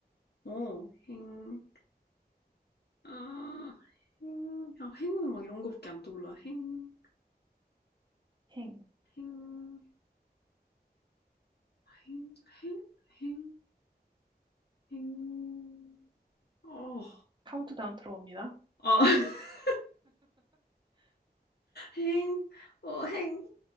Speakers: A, on the left; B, on the right.
A: 어, 행, 아, 행, 아, 행운 막 이런 거밖에 안 떠올라. 행,
B: 행,
A: 행, 행, 행, 행, 행. 어,
B: 카운트다운 들어갑니다.
A: 아, <laughs> 행, 어, 행,